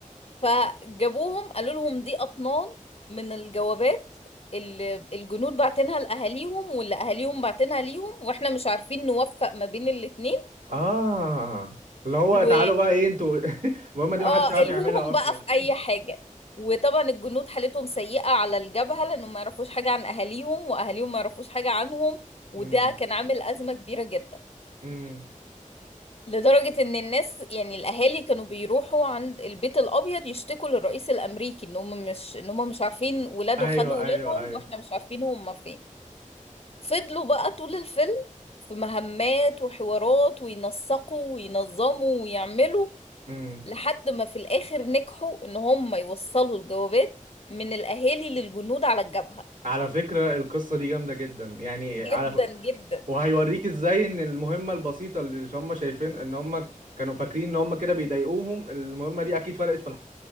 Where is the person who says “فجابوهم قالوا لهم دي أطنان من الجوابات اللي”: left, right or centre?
Left